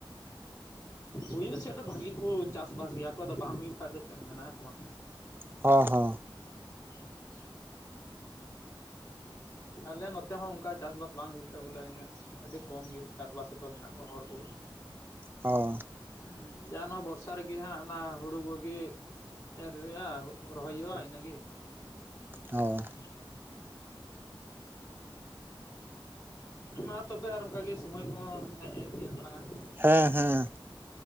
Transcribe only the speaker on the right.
ᱦᱚᱸ ᱦᱚᱸ,
ᱦᱚ,
ᱦᱚᱸ
ᱦᱮᱸ ᱦᱮᱸ ᱾